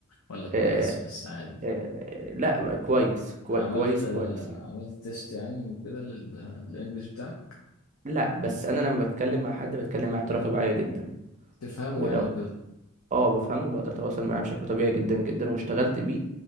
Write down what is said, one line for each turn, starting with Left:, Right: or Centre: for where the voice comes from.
Left: ولا كويس
Right: آه،
Left: بس عادي؟
Right: آه، لا كويس كوي-
Left: عملت
Right: كويس
Left: آه،
Right: كويس يعني
Left: عملت تيست يعني وكده لل- للانجليش بتاعك
Right: لا بس أنا لما بتكلم مع حد بتكلم معاه بطريقة طبيعية جدا
Left: تفهمه
Right: ولو
Left: يعني وكده
Right: اه بفهمه بقدر أتواصل معاه بشكل طبيعي جدا جدا واشتغلت بيه